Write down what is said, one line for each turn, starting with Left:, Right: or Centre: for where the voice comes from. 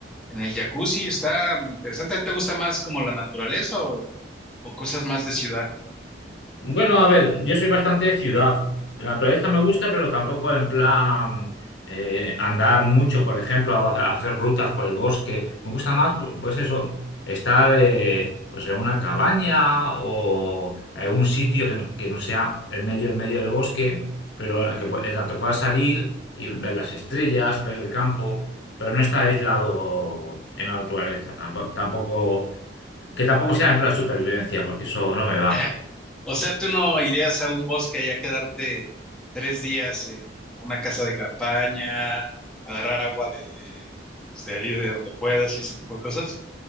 Centre: En el jacuzzi está interesante. ¿Te gusta más como la naturaleza o, o cosas más de ciudad?
Left: Bueno, a ver, yo soy bastante ciudad. La naturaleza me gusta, pero tampoco en plan eh, andar mucho, por ejemplo, a a hacer rutas por el bosque. Me gusta más, pu- pues eso, estar eh, pues en una cabaña o en un sitio que no, que no sea en medio, en medio del bosque, pero en la que, pue- en la que pueda salir y ver las estrellas, ver el campo, pero no estar aislado en la naturaleza. Tampo- tampoco, que tampoco sea en plan supervivencia, porque eso no me va.
Centre: <laughs> O sea, tú no irías a un bosque y a quedarte tres días en una casa de campaña, agarrar agua de, pues, de ahí de donde puedas y ese tipo de cosas.